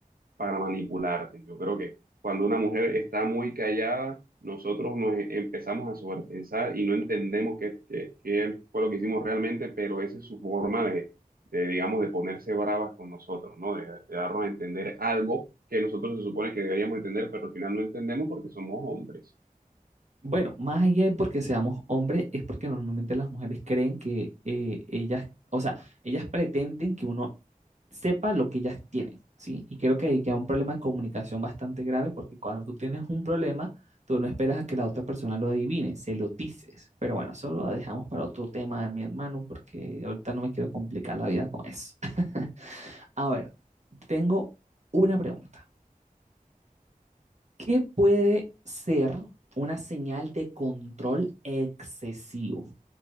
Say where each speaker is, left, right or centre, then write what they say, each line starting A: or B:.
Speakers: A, on the right; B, on the right.
A: para manipularte. Yo creo que cuando una mujer está muy callada, nosotros nos e- empezamos a sobrepensar y no entendemos qué, qué- qué fue lo que hicimos realmente, pero esa es su forma de, de, digamos, de ponerse bravas con nosotros, ¿no? De, de darnos a entender algo que nosotros se supone que deberíamos entender, pero al final no entendemos porque somos hombres.
B: Bueno, más allá de porque seamos hombres, es porque normalmente las mujeres creen que eh, ellas, o sea, ellas pretenden que uno sepa lo que ellas tienen, ¿sí? Y creo que ahí queda un problema de comunicación bastante grave porque cuando tú tienes un problema, tú no esperas a que la otra persona lo adivine, se lo dices. Pero bueno, eso lo dejamos para otro tema, mi hermano, porque ahorita no me quiero complicar la vida con eso. <laughs> A ver, tengo una pregunta. ¿Qué puede ser una señal de control excesivo?